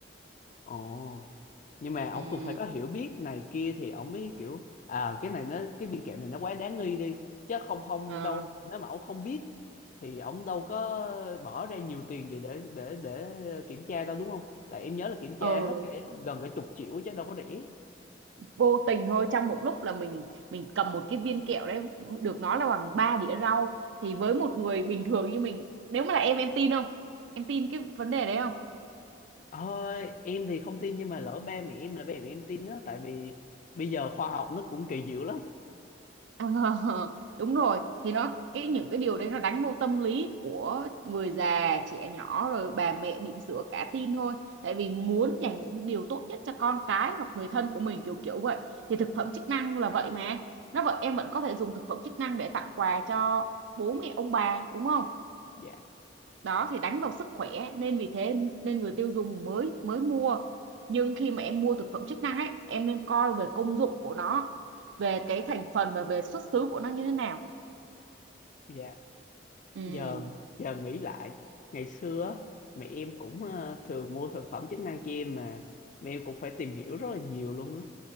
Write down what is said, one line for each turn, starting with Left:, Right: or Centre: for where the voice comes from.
Left: ồ nhưng mà ông
Right: ừ.
Left: cũng phải có hiểu biết này kia thì ông mới kiểu à cái này nó cái viên kẹo này nó quá đáng nghi đi chứ không không
Right: ờ,
Left: đâu nếu mà ông không biết thì ông đâu có bỏ ra nhiều tiền gì để để để kiểm tra đâu đúng không tại em nhớ là kiểm tra
Right: ờ,
Left: hết cả gần cả chục triệu chứ đâu có rẻ
Right: vô tình thôi trong một lúc là mình mình cầm một cái viên kẹo đấy được nói là bằng ba đĩa rau thì với một người bình thường như mình nếu mà là em em tin không em tin cái vấn đề đấy không
Left: Ờ, em thì không tin nhưng mà lỡ ba mẹ em là ba mẹ em tin á tại vì bây giờ khoa học nó cũng kỳ diệu lắm
Right: <laughs> Ờ, đúng rồi thì nó cái những cái điều đấy nó đánh vô tâm lý của người già trẻ nhỏ rồi bà mẹ bỉm sữa cả tin thôi tại vì muốn dành những điều tốt nhất cho con cái hoặc người thân của mình kiểu kiểu vậy thì thực phẩm chức năng là vậy mà nó vậy em vẫn có thể dùng thực phẩm chức năng để tặng quà cho bố mẹ ông bà đúng không
Left: dạ
Right: đó thì đánh vào sức khỏe nên vì thế nên người tiêu dùng mới mới mua nhưng khi mà em mua thực phẩm chức năng ấy em nên coi về công dụng của nó về cái thành phần và về xuất xứ của nó như thế nào
Left: dạ
Right: ừ,
Left: giờ giờ nghĩ lại ngày xưa á, mẹ em cũng ờ, thường mua thực phẩm chức năng cho em mà mẹ em cũng phải tìm hiểu rất là nhiều luôn á